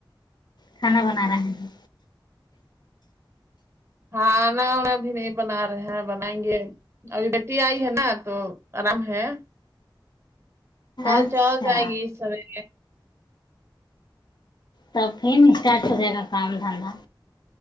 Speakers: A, on the left; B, on the right.
A: کھانا بنا رہے ہے
B: کھانا ونا ابھی نہیں بنا رہے ہیں بنائیں گے ابھی بٹیا آئی ہے نا تو آرام ہے کل
A: اچھا
B: چل جائے گی سویرے
A: تب پھر اسٹارٹ ہو جائے گا کام دھندا